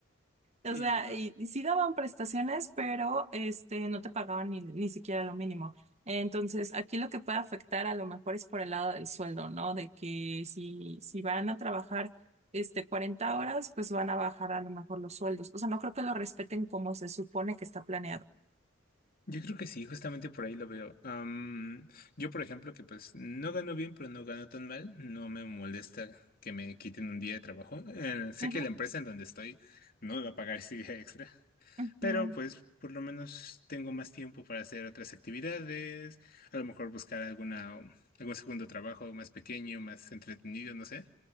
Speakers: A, on the right; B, on the left.
A: o
B: Sí,
A: sea,
B: no.
A: y, y sí daban prestaciones, pero este no te pagaban ni, ni siquiera lo mínimo. Entonces, aquí lo que puede afectar a lo mejor es por el lado del sueldo, ¿no? De que si, si van a trabajar este 40 horas, pues van a bajar a lo mejor los sueldos. O sea, no creo que lo respeten como se supone que está planeado.
B: Yo creo que sí, justamente por ahí lo veo. Am, yo, por ejemplo, que pues no gano bien, pero no gano tan mal, no me molesta que me quiten un día de trabajo. Eh, sé
A: Ujú,
B: que la empresa en donde estoy no me va a pagar <laughs> ese día extra,
A: ujú,
B: pero pues por lo menos tengo más tiempo para hacer otras actividades, a lo mejor buscar alguna, algún segundo trabajo más pequeño, más entretenido, no sé.